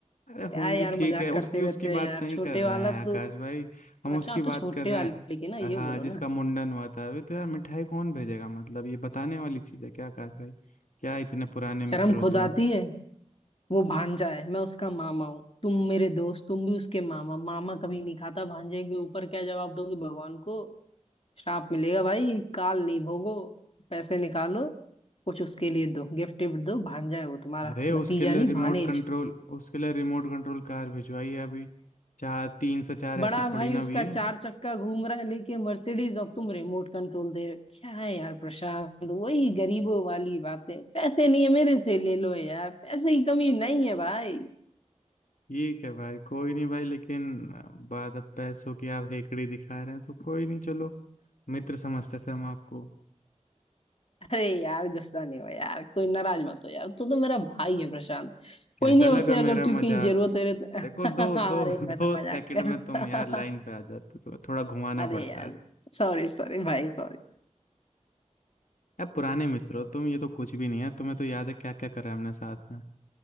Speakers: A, on the left (about 85°); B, on the left (about 50°).
A: अरे
B: क्या
A: होंगी
B: यार
A: ठीक
B: मजाक
A: है उसकी
B: करते रहते
A: उसकी
B: हो यार
A: बात नहीं
B: छोटे
A: कर रहे
B: वाला
A: हैं
B: तो
A: आकाश भाई हम
B: अच्छा
A: उसकी
B: आप तो
A: बात
B: छोटे
A: कर रहे
B: वाले
A: हैं
B: की ना ये
A: हाँ
B: बोलो
A: जिसका
B: ना
A: मुंडन हुआ था अभी तो यार मिठाई कौन भेजेगा मतलब ये बताने वाली चीज़ है क्या आकाश भाई क्या इतने पुराने मित्र
B: शर्म
A: हो
B: खुद
A: तुम
B: आती है वो भांजा है मैं उसका मामा हूँ तुम मेरे दोस्त तुम भी उसके मामा मामा कभी नहीं खाता भांजे के ऊपर क्या जवाब दोगे भगवान को श्राप मिलेगा भाई काल नहीं भोगो पैसे निकालो कुछ उसके लिए दो गिफ्ट विफ्ट दो भांजा है वो तुम्हारा
A: अरे उसके
B: भतीजा
A: लिए
B: नहीं
A: रिमोट
B: भानेज
A: कंट्रोल उसके लिए रिमोट कंट्रोल कार भिजवाई है अभी चार तीन से चार ऐसी
B: बड़ा भाई
A: थोड़ी ना
B: उसका
A: हुई है
B: चार चक्का घूम रहा है लेके मर्सिडीज और तुम रिमोट कंट्रोल दे रहे हो। क्या है यार प्रशांत वही गरीबों वाली बातें पैसे नहीं है मेरे से ले लो यार पैसे की कमी नहीं है भाई
A: ठीक है भाई कोई नहीं भाई लेकिन अ, बात अब पैसों की आप हेकड़ी दिखा रहे हैं तो कोई नहीं चलो मित्र समझते थे हम आपको
B: अरे यार गुस्सा नहीं हो यार कोई नाराज मत हो यार तू तो मेरा भाई है प्रशांत
A: कैसा
B: कोई नहीं
A: लगा
B: वैसे
A: मेरा
B: अगर
A: मजाक
B: तू कहीं जरूरत है तो-
A: देखो
B: <laughs>
A: दो दो
B: अरे
A: <laughs>
B: मैं
A: दो
B: तो मजाक
A: सेकंड
B: कर
A: में
B: रहा।
A: तुम यार लाइन
B: <laughs>
A: पे आ जाते हो, तो थोड़ा घुमाना
B: अरे
A: पड़ता
B: यार
A: है
B: सॉरी सॉरी भाई सॉरी।
A: यार पुराने मित्र हो तुम ये तो कुछ भी नहीं है तुम्हें तो याद है क्या क्या करा है हमने साथ में